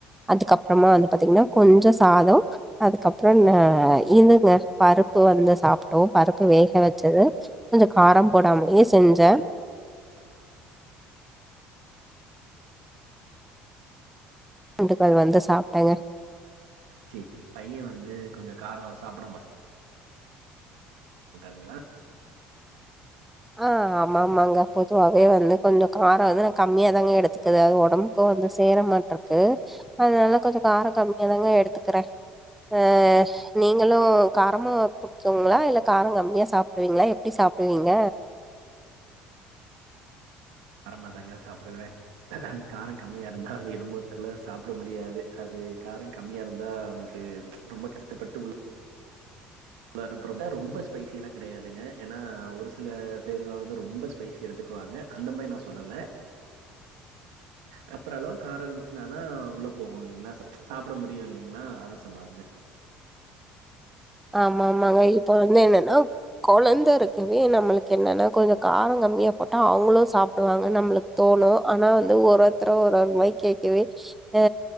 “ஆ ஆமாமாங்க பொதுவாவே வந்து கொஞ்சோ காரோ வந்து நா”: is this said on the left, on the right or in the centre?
Centre